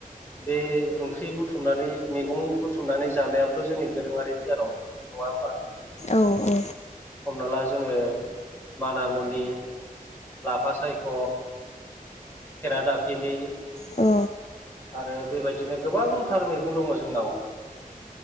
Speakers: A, on the left; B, on the left.
A: बे ओंख्रि बुथुमनानै मैगं बुथुम बुथुमनानै जानायाबोथ' जोंनि दोरोङारि गियानावनो गोलैयो नङा होमा
B: औ औ
A: हमना ला जोङो मानामुनि लाफा सायख' खेरादाफिनि
B: ओ
A: आरो बेबायदिनो गोबांथार मैगं दङ' जोंनाव